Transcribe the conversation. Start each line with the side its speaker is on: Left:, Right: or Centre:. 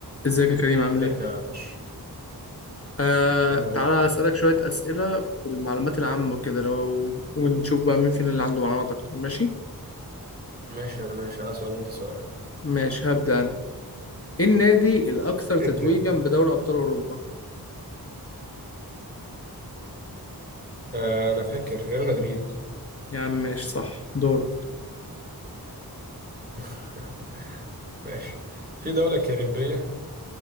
Left: ازيك يا كريم عامل
Right: ازيك
Left: ايه؟
Right: يا باشا
Left: آه
Right: حلو قوي
Left: تعالى اسألك شوية أسئلة في المعلومات العامة وكده لو ونشوف بقى مين فينا اللي عنده معلومات أكتر ماشي؟
Right: ماشي يا باشا انا سؤال وانت سؤال
Left: ماشي هبدأ أنا ايه النادي الأكثر تتويجا
Right: ابدأ انت
Left: بدوري أبطال أوروبا؟
Right: آه، انا فاكر ريال مدريد
Left: يا عم ماشي صح دورك
Right: <laughs> ماشي في دولة كاريبية